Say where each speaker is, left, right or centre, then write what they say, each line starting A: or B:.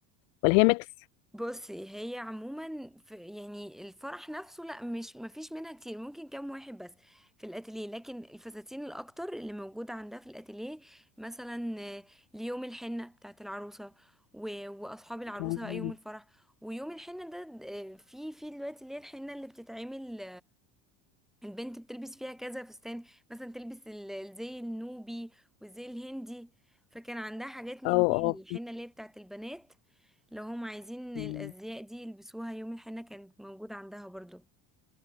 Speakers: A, on the left (about 80°); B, in the centre.
A: ولا هي ميكس
B: بصي هي عموما في يعني الفرح نفسه لا مش مفيش منها كتير ممكن كام واحد بس في الاتيليه لكن الفساتين الاكتر اللي موجوده عندها في الاتيليه مثلا آه، ليوم الحنه بتاعت العروسه و- واصحاب العروسه
A: تمام.
B: بقى يوم الفرح ويوم الحنه ده آه، في في دلوقتي اللي هي الحنه اللي بتتعمل البنت بتلبس فيها كذا فستان مثلا تلبس ال- الزي النوبي والزي الهندي فكان عندها حاجات من
A: اه
B: دي
A: اه
B: الحنة اللي هي بتاعت البنات لو هم عايزين
A: فهميكي.
B: الأزياء دي يلبسوها يوم الحنة كانت موجودة عندها برضو